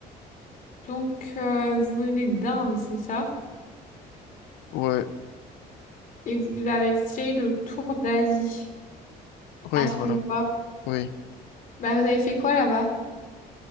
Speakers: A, on the left; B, on the left.
A: Donc, euh, vous venez d'Inde, c'est ça?
B: Ouais,
A: Et vous avez fait le tour d'Asie,
B: oui,
A: à ce
B: voilà.
A: que je vois.
B: Oui.
A: Bah, vous avez fait quoi là-bas?